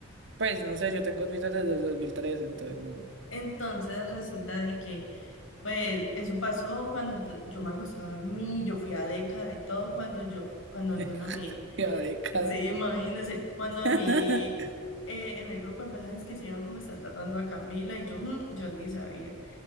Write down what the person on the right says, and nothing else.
Pues no sé, yo tengo Twitter desde el 2003 entonces no.
<laughs>
Ya década.
<laughs>